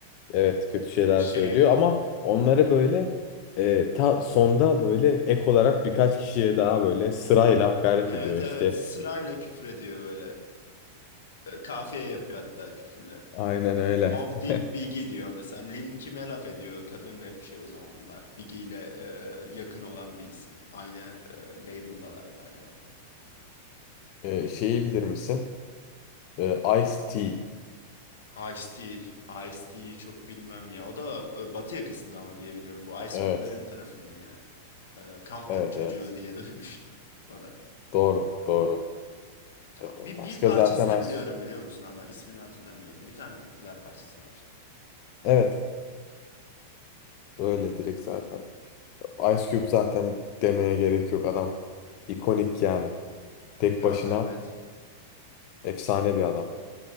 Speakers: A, on the left; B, on the left.
A: Evet kötü şeyler
B: Şeye
A: söylüyor ama onları böyle e, ta sonda böyle ek olarak birkaç kişiye daha böyle sırayla hakaret
B: evet
A: ediyor işte.
B: evet sırayla küfür ediyor böyle. E, Kafiye yapıyor hatta küfürle.
A: Aynen öyle.
B: Mob deyip
A: <laughs>
B: Biggie diyor mesela. Lil Kim'e laf ediyor kadın rapçi o zamanlar. Biggie ile e, yakın olan bir isim. Aynı e, label'dalar galiba.
A: Ee, şeyi bilir misin? Ee, Ice-T.
B: Ice-T, Ice-T'yi çok bilmem ya. O da e, Batı yakasında ama diye biliyorum. Bu Ice
A: Evet.
B: Cube'lerin tarafında yine. E, Compton
A: Evet
B: çocuğu
A: evet.
B: diye <laughs> duymuştum. O da.
A: Doğru doğru.
B: Ta-
A: Ee,
B: Bir,
A: Başka
B: bir parçasını
A: zaten
B: biliyorum
A: Ice Cube.
B: biliyor musun ama ismini hatırlamıyorum. Bir tane popüler parçası var.
A: Evet öyle direkt zaten. Ice Cube zaten demeye gerek yok adam. ikonik yani. Tek
B: Ya
A: başına
B: evet.
A: efsane bir adam.